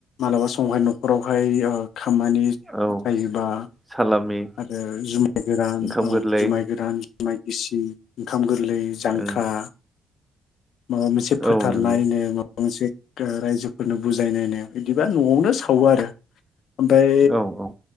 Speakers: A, on the left (about 70°); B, in the centre.
A: मालाबा समावहाय नखरावहा <unintelligible> ओ खामानि जायोबा
B: औ सालामि
A: आरो जुमाय गोरान
B: ओंखाम
A: औ
B: गोरलै
A: जुमाय गोरान माइ गिसि ओंखाम गोर गोलै जांख्रा
B: ओं
A: माबा मोनसे फोथारनायनो
B: औ नंगौ
A: मोनसे रायजोफोरनो बुजायनायनायाव इदिबा नआवनो सावो आरो ओमफ्राय
B: औ औ